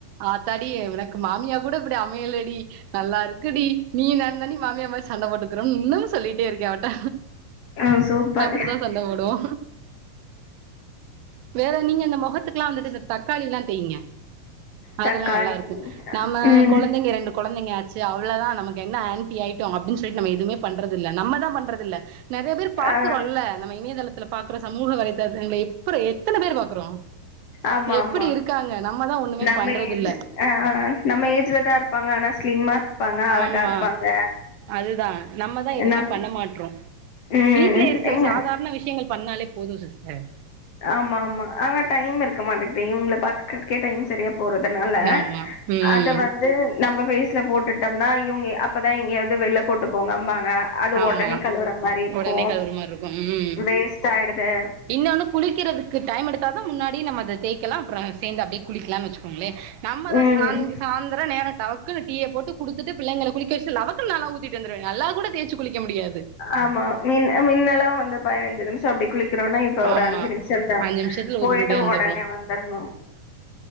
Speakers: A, on the right; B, on the left.
A: ஆத்தாடி எனக்கு மாமியா கூட இப்டி அமையலடி நல்லாருக்கு டி நீ நானு தாண்டி மாமியா மாரி சண்ட போட்டுக்குறோம்னு இன்னமு சொல்லிட்டே இருக்கே அவட்ட
B: ம் சூப்பர்
A: அப்புடிதா சண்ட போடுவோ வேற நீங்க இந்த மொகத்துக்குல்லா வந்துட்டு இந்த தக்காளிலா தேய்ங்க அதல்லா
B: தக்காளி
A: நல்லாருக்கு நாம
B: ம்
A: கொழந்தைங்க ரெண்டு கொழந்தைங்க ஆ சி அவ்ளதா நமக்கு என்ன ஆன்ட்டி ஆயிட்டோம் அப்டின் சொல்லிட் நம்ம எதுவு பண்றது இல்வ நம்ம தா பண்றதில்ல நெறைய பேரு பாக்குறோல்ல
B: ஆ
A: நம்ம இணையதளத்துல பாக்குறோ சமூக வலைதளதூங்கள எப்பற எத்தன பேரு பாக்குறோ
B: ஆமா
A: எப்புடி
B: ஆமா
A: இருக்காங்க நம்மதா ஒன்னுமே
B: நம்ம
A: பண்றதில்ல
B: ஏஜ் ஆ ஆ ஆ நம்ம ஏஜ்ல தா இருப்பாங்க ஆனா ஸ்லிம்மா இருப்பாங்க அழகா
A: ஆமா
B: இருப்பாங்க
A: அதுதா நம்மதா எதுவுமே
B: நம்
A: பண்ண மாட்டறோம்
B: ம்
A: வீட்ல இருக்கற
B: எங்க
A: சாதாரண விஷயங்கள் பண்ணாலே போதும் சிஸ்டர்
B: ஆமா ஆமா ஆனா டைம் இருக்க மாட்டுக்குதே இவுங்கள பாத்துக்கறதுக்கே டைம் சரியா போறதுனால
A: ஆமா ம்
B: அத வந்து நம்ம ஃபேஸ்ல போட்டுட்டோம்னா இவுங்க அப்பதா எங்கேயாது வெளில கூட்டு போங்கம்பாங்க அது
A: ஆமா
B: ஒடனே கழுவுற மாரி இருக்கு
A: உடனே கழுவுற மாரி இருக்கு ம்
B: வேஸ்ட் ஆயிடுது
A: இன்னொன்னு குளிக்கிறதுக்கு டைம் எடுத்தாதா முன்னாடி நம்ம அத தேய்கலா அப்றோ சேந்து அப்டியே குளிக்கலாம்னு வெச்சிக்கோங்களே நம்மதா
B: ம்
A: சாங்கி சாந்துர நேர டவக் க்குனு டீ போட்டு குடுத்துட்டு பிள்ளைங்கள குளிக்க வெஷ்டு லபகுன்னு நால்லா ஊத்திட்டு வந்துருவே நல்லா கூட தேசச்சி குளிக்க முடியாது
B: ஆமா மின் மின்னெல்லா வந்து பதினஞ்சு நிமிஷோ அப்டி குளிக் க்கிறோனா இப்ப ஒரு
A: ஆமா
B: அஞ்சு நிமிஷோ தா
A: அஞ்சு நிமிஷத்துல ஊத்திட்டு
B: போயிட்டு
A: ஓடி வந்துர்றோ
B: ஒடனே வந்துரனு